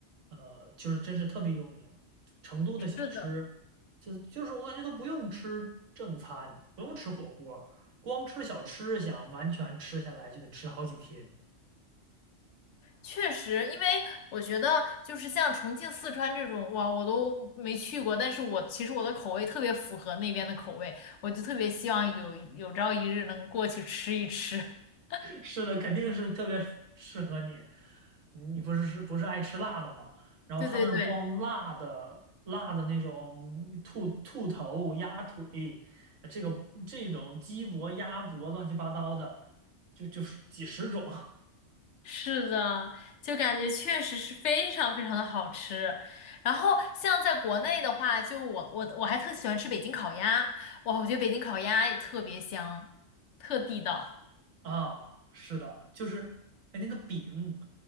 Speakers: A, on the right (about 85°); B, on the left (about 70°).
A: 呃，就是真是特别有名。成都的小吃，
B: 是的。
A: 就就是我感觉都不用吃正餐，不用吃火锅，光吃小吃，想完全吃下来就得吃好几天。
B: 确实，因为我觉得就是像重庆、四川这种，哇，我都没去过，但是我其实我的口味特别符合那边的口味，我就特别希望有有朝一日能过去吃一吃。<laughs>
A: 是的，肯定是特别适合你。你不是是不是爱吃辣的吗？然后他那儿光辣的辣的那种兔兔头、
B: 对对对，
A: 鸭腿，呃这个这种鸡脖、鸭脖，乱七八糟的，就就是几十种
B: 是的，就感觉确实是非常非常的好吃。然后像在国内的话，就我我我还特喜欢吃北京烤鸭，哇，我觉得北京烤鸭也特别香，特地道。
A: <laughs> 啊。是的，就是哎那个饼